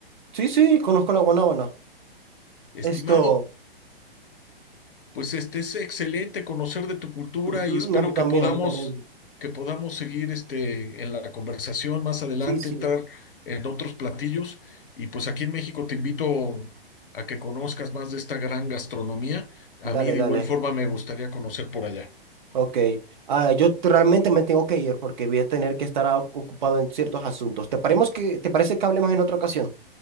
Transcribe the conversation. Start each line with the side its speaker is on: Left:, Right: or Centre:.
Right: Sí, sí, conozco la guanábana.
Left: Estimado
Right: Esto,
Left: Pues este es excelente conocer de tu cultura
Right: ujú,
Left: y espero
Right: a mí también,
Left: que podamos
Right: a mí también.
Left: que podamos seguir este en la conversación más adelante,
Right: Sí, sí.
Left: entrar en otros platillos y pues aquí en México te invito a que conozcas más de esta gran gastronomía. A
Right: Dale,
Left: mí de
Right: dale.
Left: igual forma me gustaría conocer por allá.
Right: Ok. Ah, yo te- realmente me tengo que ir porque voy a tener que estar ah, ocupado en ciertos asuntos. ¿Te paremos que, te parece que hablemos en otra ocasión?